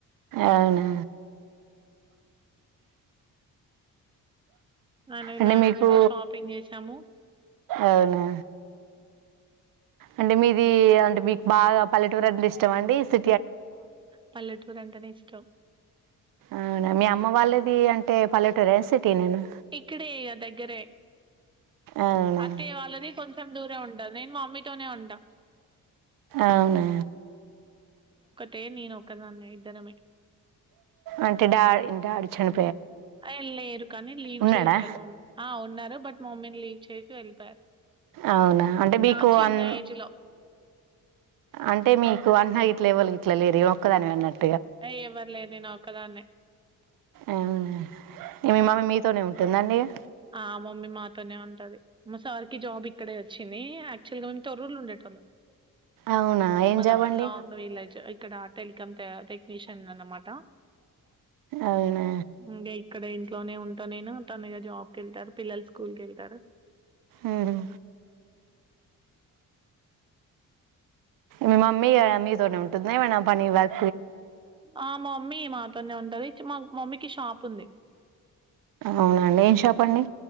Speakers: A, on the right; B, on the right.
A: అవునా
B: ఆయనది
A: అంటే
B: మ్యారేజ్
A: మీకు
B: ది షాపింగ్ చేసాము
A: అవునా అంటే మీది అంటే మీకు బాగా పల్లెటూరు అంటే ఇష్టమా అండి సి
B: పల్లెటూరు అంటేనే ఇష్టం
A: అవునా మీ అమ్మ వాళ్ళది అం టే పల్లెటూరా సిటీనేనా
B: ఇక్కడే ఇగ దగ్గరే.
A: అవునా
B: అత్తయ్య వాళ్ళది కొంచెం దూరం ఉంటది. నేను మమ్మీతోనే ఉంటా.
A: అవునా
B: తే నేను ఒక్కదాన్నే ఇద్దరమే
A: అంటే డా డాడీ చని
B: ఆ లేరు కానీ లీవ్
A: ఉన్నాడా
B: చేశారు మమ్మీ ఆ ఉన్నారు బట్ మమ్మీని లీవ్ చేసి వెళ్ళిపోయారు
A: అవునా అంటే మీకు
B: నా చిన్న
A: అన్
B: ఏజ్ లో
A: అంటే మీకు అన్నగిట్లే ఎవళగిట్లా లేరు ఇగ ఒక్కదానివే అన్నట్టు
B: అ ఎవర్లేరు నేను ఒకదాన్నే
A: అవునా ఇగ
B: హ్మ్.
A: మీ మమ్మీ మీతోనే ఉంటుందండి ఇగ
B: ఆ మమ్మీ మాతోనే ఉంటది మా సారికి జాబ్ ఇక్కడే వచ్చింది అక్టువల్ గా మేం తొర్రూరు లో ఉండేటోల్లం
A: అవునా ఏం
B: మది
A: జాబ్
B: అక్కడ
A: అండి
B: లాంగ్ విలేజ్ ఇక్కడా టె ఇంకా టెక్నీషిన్ ది అన్నమాట
A: అవునా
B: ఇంకా ఇక్కడ ఇంట్లోనే ఉంటా నేను తను ఇగ జాబ్ మరి పిల్లలు స్కూల్కెళ్తార
A: ఉమ్. మీ మామ్మీ ఇగ మీతోనే ఉంటుందా ఎం అయినా పని పయ్
B: మా మమ్మీ మాతోనే ఉంటది మా మమ్మీకి షాప్ ఉంది
A: అవునా అండి ఏం షాప్ అండి